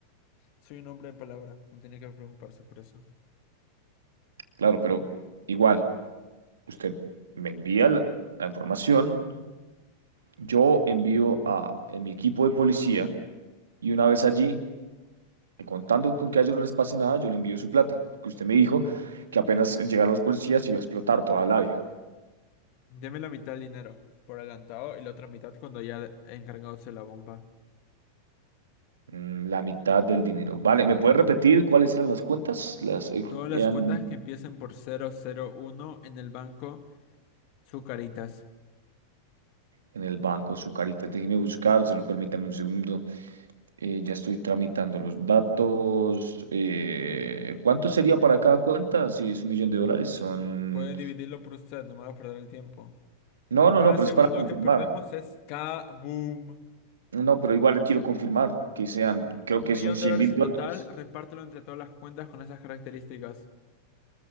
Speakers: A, on the left (about 45°); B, on the right (about 70°).
A: Soy un hombre de palabra. No tiene que preocuparse por eso.
B: Claro, pero igual, usted me envía la la información, yo envío a, a mi equipo de policía Y una vez allí, eh, contando con que a ellos no les pase nada, yo le envío su plata, porque usted me dijo que apenas llegaron los policías iba a explotar toda la vía,
A: Deme la mitad del dinero por adelantado y la otra mitad cuando haya encargado de la bomba.
B: Mm, La mitad del dinero. Vale, ¿me puede repetir cuáles eran las cuentas? Las eh,
A: Todas las
B: eran
A: cuentas que empiecen por cero cero uno en el banco Sucaritas.
B: en el banco, su carita. Déjeme buscar, solo permítame un segundo. Eh, ya estoy tramitando los datos. Eh, ¿cuánto sería para cada cuenta? Si es un millón de dólares, son...
A: Puede dividirlo por usted, no me haga perder el tiempo.
B: No,
A: Cada
B: no, no, pero
A: segundo
B: es para confirmar.
A: que perdemos es K-boom.
B: No, pero igual quiero confirmar que sean, creo
A: Un
B: que
A: millón
B: son cien
A: de dólares
B: mil
A: en
B: dólares.
A: total, repártelo entre todas las cuentas con esas características.